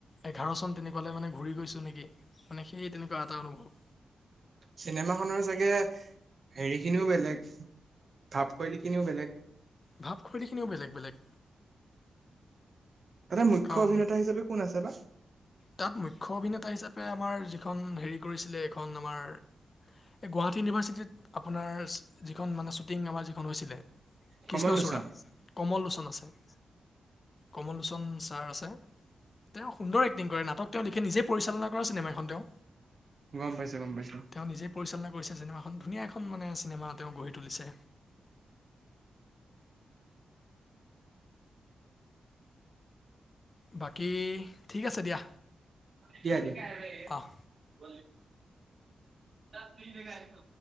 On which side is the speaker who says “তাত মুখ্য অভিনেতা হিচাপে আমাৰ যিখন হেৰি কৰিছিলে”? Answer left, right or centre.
Left